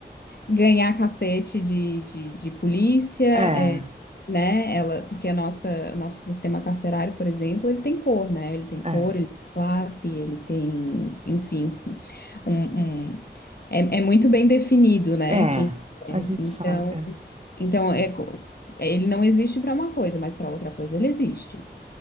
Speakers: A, on the left (about 60°); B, on the right (about 35°).
A: ganhar cacete de, de, de polícia, é,
B: É,
A: né? Ela, porque a nossa, nosso sistema carcerário, por exemplo, ele tem cor, né? Ele tem cor,
B: é,
A: ele tem classe, ele tem, enfim, um, um- é, é muito bem definido, né?
B: é.
A: Quem é.
B: A gente
A: Então,
B: sabe.
A: então é, co- ele não existe para uma coisa, mas para outra coisa ele existe.